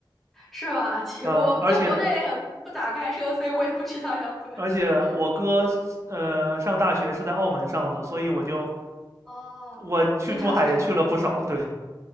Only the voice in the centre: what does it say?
是吧？<laughs> 其我在国内很不咋开车，
所以我也不知道要多久。
嗯嗯，
哦，
经常去找他。